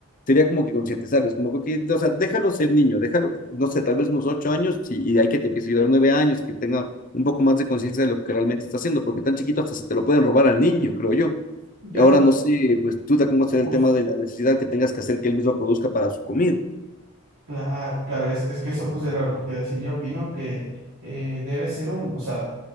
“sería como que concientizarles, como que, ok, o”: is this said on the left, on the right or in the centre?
Left